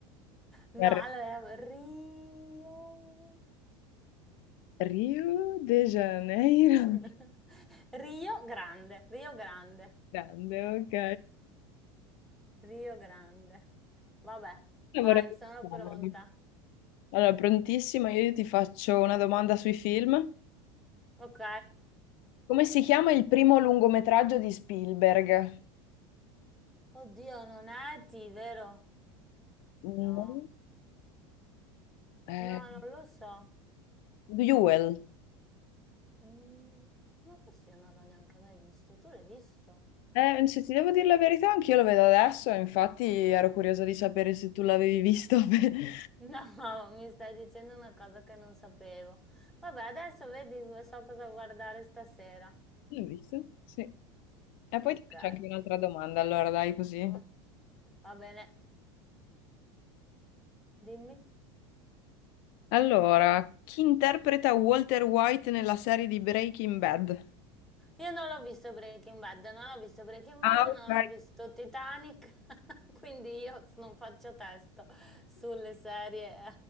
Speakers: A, in the centre; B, on the left (about 60°).
A: No,
B: Ar-
A: allora Rio
B: Rio de Janeiro.
A: <laughs> Rio Grande, Rio Grande,
B: Grande, ok.
A: Rio Grande. Vabbè,
B: Allora,
A: vai,
B: vorrei
A: sono
B: pensarmi.
A: pronta.
B: Allora, prontissima, io ti faccio una domanda sui film.
A: Ok?
B: Come si chiama il primo lungometraggio di Spielberg?
A: Oddio, non è T, vero?
B: No.
A: No,
B: Eh,
A: no, non lo so.
B: Duel.
A: Mm, ma forse io non l'ho neanche mai visto. Tu l'hai visto?
B: Eh, se ti devo dire la verità, anch'io lo vedo adesso, infatti ero curiosa di sapere se tu l'avevi visto. <laughs> L'hai
A: No, <laughs> mi stai dicendo una cosa che non sapevo. Vabbè, adesso vedi, so cosa guardare stasera.
B: visto? Sì. E poi
A: Ok.
B: ti faccio anche un'altra domanda, allora dai così.
A: Va- Va bene, dimmi.
B: Allora, chi interpreta Walter White nella serie di Breaking Bad?
A: Io non l'ho visto Breaking Bad, non ho visto Breaking Bad,
B: Ah,
A: non
B: ok.
A: ho visto Titanic, <laughs> quindi io non faccio testo sulle serie